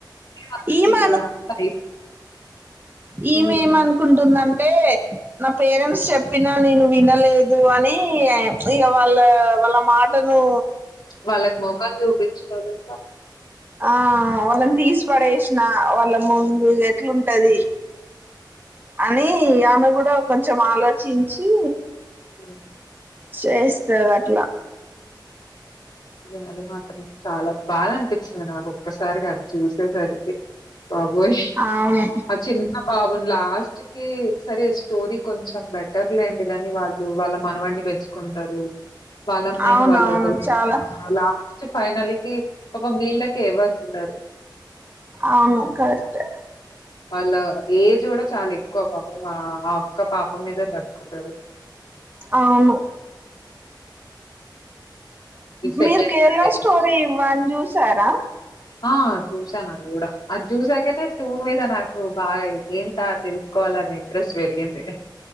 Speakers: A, on the left; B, on the right.
A: అప్పడికి
B: ఈమె
A: వాళ్ళకి
B: ఇమేమీ
A: హ్మ్.
B: అనుకుంటున్నా అంటే నా పేరెంట్స్ చెప్పినా నేను వినలేదు అని అయ్య వాళ్ళ వాళ్ళ మాట థాను
A: వాళ్ళక్ మొకం చూపించుకోలేక
B: ఆ వాళ్ళని పడేసిన వాళ్ళ ముందు ఎట్లుంటది అని ఆమె కూడా కొంచెం ఆలోచించి
A: ఉమ్
B: చేయిస్థాది అక్ ట్లా
A: అదే అది మాత్రం చాలా బాధన్పి సారి నాకు ఒక్కసారిగా ఆది చూసేసరికి బాబోయ్
B: అవును
A: ఆ చిన్న బా గున్ లాస్ట్ కి సరే చ్ స్టోరీ కొంచెం బెటర్ లేండి గానీ వాళ్ళు వాళ్ళ మనవడిని పెంచుకుంటారు వాళ్ళమ్మాయిని
B: అవునవును
A: వాళ్ళొకల్ని
B: చాలా
A: లాస్ట్ ఫైనల్ కి పాపం వీళ్ళకి ఎవరు ఉండరు
B: అవును కరెక్ట్
A: వాళ్ళ ఏజ్ కూడా చాలా ఎక్కువ పాపం ఆ అక్క పాప మీదే బతుకుతారు
B: అవును
A: ఈ సెకండ్
B: మీరు కేరల స్టోరీ వన్ చూసారా
A: ఆ చూసాను అది కూడా అది చూసాకనే టూ మీద నాకు బాగా ఏంత తెలుసుకోవాలన్న ఇంట్రెస్ట్ పెరిగింది